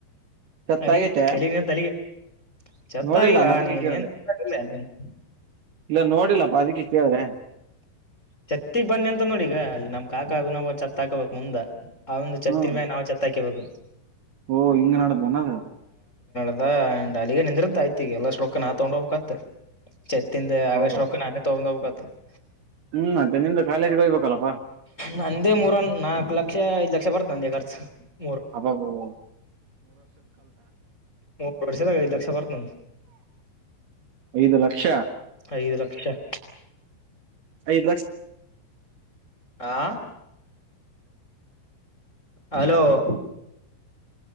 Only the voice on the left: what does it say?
<inaudible>
ಅಲ್ಲಿಗೆ, ಎಲ್ಲಿಗೆ, ಅಂತ, ಅಲ್ಲಿಗೆ. <inaudible> ಚತ್ತ,
ಆಗಿಲ್ಲ,
ನೀನ್,
ಏನ್, ಮಾಡಿಲ್ಲ, ನೀನು! <unintelligible>
ಛತ್ತಿಗ್, ಬನ್ನಿ ಅಂತ ನೋಡಿ ಈಗ! ಅಲ್ಲಿ ನಮ್ ಕಾಕಾ ಅಭ ನಾವು ಛತ್ ಹಾಕೋಬೇಕಕ್ ಮುಂದ? <inaudible> ಆ, ಒಂದುಛತ್ತಿನ
ಮೇಲೆ ನಾವು ಚಾಥಿ, ಅಳುಬೆಕ್ಕು. <inaudible>
ಅಲ್ಲ ಅ ಅಲ್ಲಿಗೆ ನಿಂದಿರುತ್ತೆ ಆಕೆಯಷ್ಟು ತಗೊಂಡು ಹೋಗಬೇಕಾಗುತ್ತೆ? <inaudible> ಚತ್ತಿಂದ, ಆಗಸ್
ರೊಕ್ಕ ನಾನೇ ತೊಗೊಂಡ್ ಹೋಗ್ತದೇ? <inaudible>
ನಂದೇ, ಮೂರು, ನಾಕ್ಲಕ್ಷ, ಐದ್ ಲಕ್ಷ ಬರ್ತ. <unintelligible> ನಂದೇ ಕರ್ತು. <inaudible>
ಮೂರು, ವರ್ಷದ, ಐದು, ಲಕ್ಷ ಬರುತ್ತೆ ನಂದು!
<inaudible>
ಐದು, ಲಕ್ಷ. <inaudible>
ಆ! <inaudible> ಹಲೋ! <inaudible>